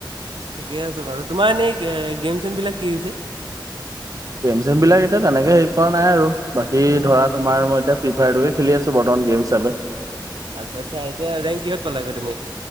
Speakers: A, on the right; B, on the right.
A: ঠিকে আছে, বাৰু তোমাৰ এনেই গেম চেম বিলাক কি হৈছে।
B: গেম চেম বিলাক এতিয়া তেনেকে হেৰি কৰা নাই আৰু, বাকী ধৰা তোমৰ মই এতিয়া ফ্ৰী ফায়াৰটোকে খেলি আছো বৰ্তমান। গেম হিচাপে।
A: আচ্ছা, আচ্ছা এয়া ৰেংক কিহত পালাগৈ তুমি?